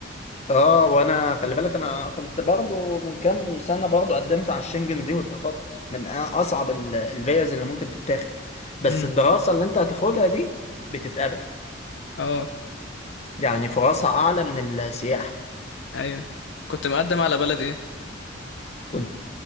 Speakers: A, on the left; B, on the left.
A: اه وانا خلي بالك انا كنت برضو من كام سنة برضو قدمت على الشنجن دي واترفضت من اصعب ال- الفيز اللي ممكن تتاخد بس
B: امم
A: الدراسة اللي انت هتاخدها دي بتتقبل
B: اه
A: يعني فرصها اعلى من السياحة
B: أيوه كنت مقدم على بلد إيه
A: كنت